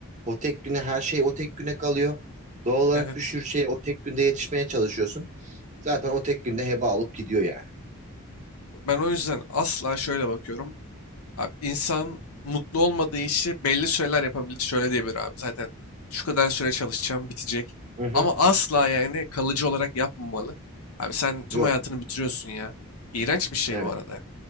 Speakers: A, on the right; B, on the left.
A: o tek güne her şey o tek güne kalıyor. Doğal olarak
B: Evet.
A: bir sürü şey o tek günde yetişmeye çalışıyorsun. Zaten o tek günde heba alıp gidiyor yani.
B: Ben o yüzden asla şöyle bakıyorum. Abi insan mutlu olmadığı işi belli süreler yapabilir. Şöyle diyebilir abi zaten şu kadar süre çalışacağım bitecek.
A: Hı hı.
B: Ama asla yani kalıcı olarak yapmamalı. Abi sen tüm
A: Yok.
B: hayatını bitiriyorsun ya. İğrenç bir şey
A: Evet.
B: bu arada.